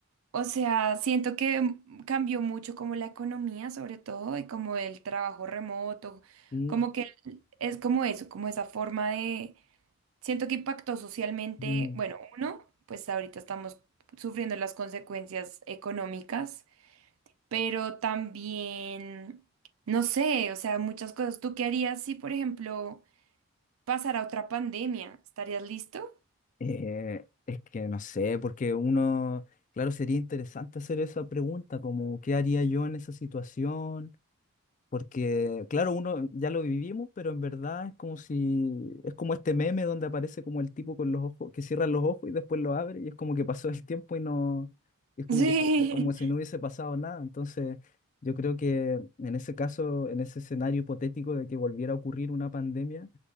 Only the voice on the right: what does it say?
o sea, siento que mm, cambió mucho como la economía, sobre todo, y como el trabajo remoto,
como que mm, es como eso, como esa forma de Siento que impactó socialmente,
bueno, uno, pues ahorita estamos sufriendo las consecuencias económicas, pero también, no sé, o sea, muchas cosas. ¿Tú qué harías si, por ejemplo, pasara otra pandemia? ¿Estarías listo?
Sí,